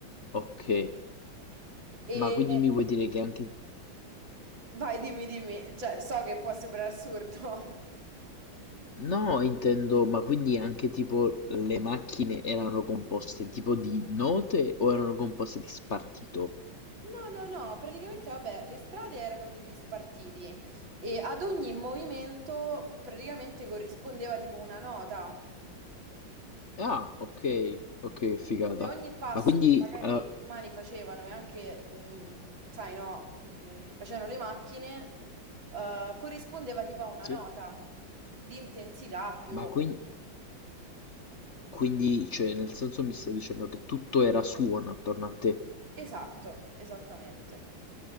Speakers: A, on the left (about 45°); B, on the right (about 70°).
A: ok,
B: e
A: ma quindi mi vuoi dire che anche...
B: vai, dimmi, dimmi, cioè so che può sembrare assurdo. <laughs>
A: No, intendo, ma quindi anche tipo le macchine erano composte tipo di note o erano composte di spartito?
B: No, no, no, praticamente vabbè, le strade erano degli spartiti e ad ogni movimento praticamente corrispondeva tipo una nota.
A: Ah, ok, ok, figata.
B: Cioè ogni passo
A: Ma quindi...
B: che magari
A: eh,
B: gli umani facevano e anche, mh, sai, no, mh, che facevano le macchine, eh, corrispondeva tipo a una
A: sì?
B: nota di intensità più
A: Ma
B: o
A: quin-
B: meno.
A: quindi, cioè, nel senso mi sta dicendo che tutto era suono attorno a te.
B: Esatto, esattamente.